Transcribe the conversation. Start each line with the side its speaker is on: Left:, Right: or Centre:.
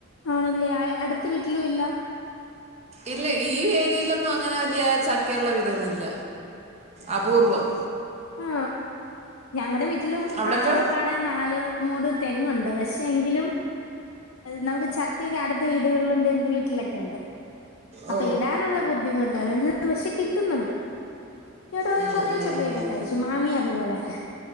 Left: ആണല്ലേ അടുത്ത വീട്ടിലും ഇല്ല
Right: ഇല്ല ഈ ഏരിയയിലൊന്നും അങ്ങനെ വല്യേ ചക്കള്ള വീടുകളൊന്നുല്ല അപൂർവം
Left: ആ ഞങ്ങളടെ വീട്ടിലും
Right: അവിടൊക്കെ
Left: ആകെപ്പാടെ നാല് മൂട് തെങ്ങുണ്ട് പക്ഷെ എങ്കിലും നമുക്ക് ചക്കയൊക്കെ അടുത്ത വീടുകളിലും ബന്ധു വീട് ലെക്കെണ്ട് അപ്പൊ
Right: ഓ
Left: ഇടാനുള്ള ബുദ്ധിമുട്ട് <unintelligible> പക്ഷെ കിട്ടുന്നുണ്ട് ഈ വട്ടം
Right: ഉം,
Left: കുറെ
Right: ഉം.
Left: ചക്കയൊക്കെ കഴിച്ചു മാങ്ങയും അതുപോലെ തന്നെ